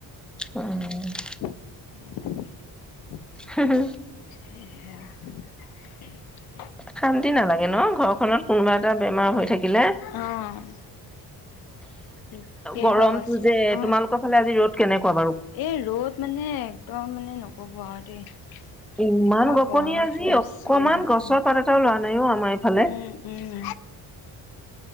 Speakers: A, in the centre; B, on the left.
A: অ।
B: <unintelligible> উ
A: হু হু হু
B: সয়া
A: শান্তি নালাগে ন ঘৰখনত কোনোবা এটা বেমাৰ হৈ থাকিলে
B: অ' ঠিকেই
A: গৰমটো
B: বাৰু আছে
A: যে
B: অ'।
A: তোমালোকৰ ফালে আজি ৰ'দ কেনেকুৱা বাৰু?
B: এই ৰ'দ মানে একদম মানে নকব আৰু দেই।
A: ইমান
B: এনেকুৱা
A: গপনি
B: গৰম
A: আজি
B: পৰিছে
A: অকমান
B: নহয়।
A: গছৰ পাত এটা ল ৰা নাই। নাইও আমাৰ এইফালে।
B: উম, উম,